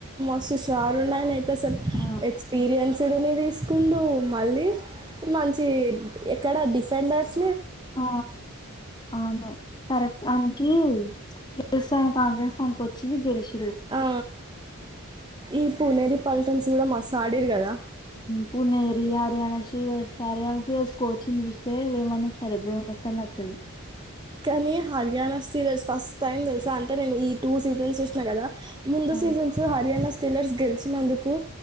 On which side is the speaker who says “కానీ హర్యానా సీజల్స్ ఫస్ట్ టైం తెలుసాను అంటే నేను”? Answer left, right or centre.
Right